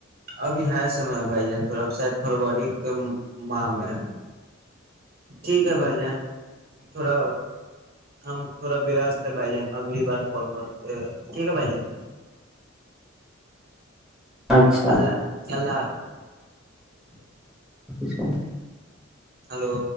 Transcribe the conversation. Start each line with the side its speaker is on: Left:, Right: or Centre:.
Right: ابھی ہے سمے ہے بھائی جان تھڑا شاید فروری کے ماہ میں ہے ٹھیک ہے بھائی جان تھوڑا ہم تھوڑا بیست ہے بھائی جان اگلی بار کال کرتے ٹھیک ہے بھائی جان
Centre: اچھا
Right: اللہ اللہ آ <inaudible>
Centre: وفس کاوں
Right: ہلو